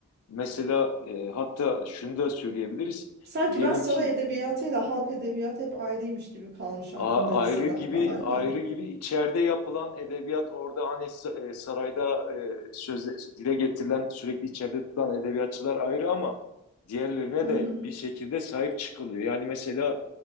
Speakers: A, on the left; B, on the right.
A: Mesela e, hatta şunu da söyleyebiliriz.
B: Sanki
A: Diyelim
B: ben saray
A: ki
B: edebiyatıyla halk edebiyatı hep ayrıymış gibi kalmış aklımda
A: A-
B: liseden
A: ayrı gibi
B: falan
A: ayrı
B: yani.
A: gibi içeride yapılan edebiyat orada hani sa- e, sarayda e, sözde dile getirilen sürekli içeride tutulan edebiyatçılar ayrı ama diğerlerine
B: Hı
A: de
B: hı,
A: bir şekilde sahip çıkılıyor. Yani mesela